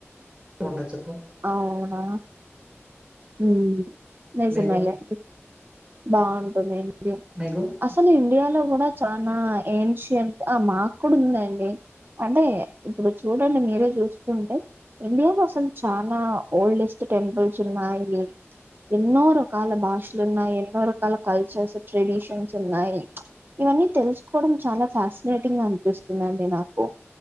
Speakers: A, on the right; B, on the right.
A: ఉంటంది చెప్పు
B: అవునా ఉ నేసున్నాయి
A: మీకు
B: లే బాగుంటుంది ఇండియా
A: మీకు
B: అసలు ఇండియాలో కూడా చాలా ఏంషన్ మాక్క ఉందండి. అంటే ఇప్పుడు చూడండి మీరే చూస్తుంటే ఇండియా కోసం చనా ఓల్డెస్ట్ టెంపుల్స్ ఉన్నాయి. ఎన్నో రకాల భాషలు ఉన్నాయి. ఎన్నో రకాల కల్చర్స్ ట్రెడిషన్స్ ఉన్నాయి. ఇవన్నీ తెలుసుకోవడం చాలా ఫ్యాసినేటింగ్ అనిపిస్తుందండి నాకు